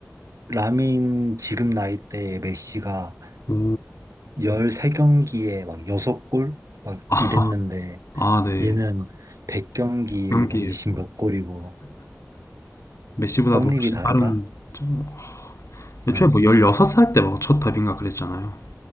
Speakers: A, on the right (about 80°); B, on the left (about 65°).
A: 라민 지금 나이대에 메시가
B: 오,
A: 13경기에 막 6골? 막
B: 아,
A: 이랬는데,
B: <laughs> 아, 네.
A: 얘는 100경기에
B: 경기에
A: 막 20몇
B: 뭐
A: 골이고,
B: 메시보다도
A: 떡잎이
B: 훨씬
A: 다르다?
B: 빠른, 좀- 애초에
A: 네.
B: 뭐 16살 때 막 첫 데뷔인가 그랬잖아요.